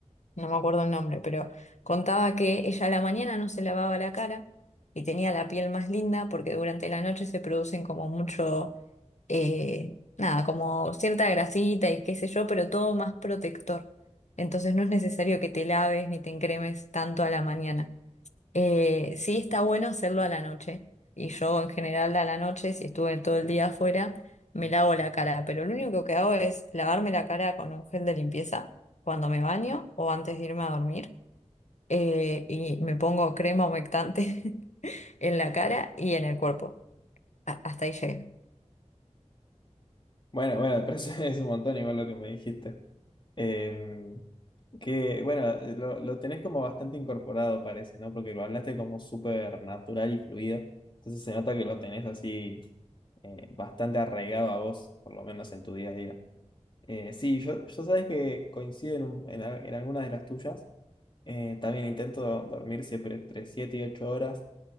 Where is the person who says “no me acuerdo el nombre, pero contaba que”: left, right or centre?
Left